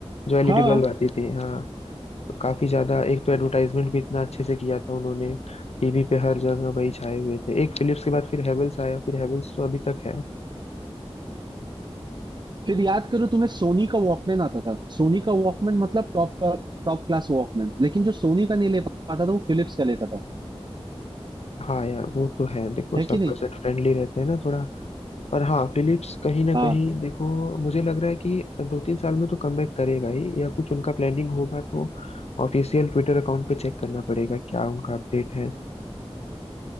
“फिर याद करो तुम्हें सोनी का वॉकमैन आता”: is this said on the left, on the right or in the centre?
Right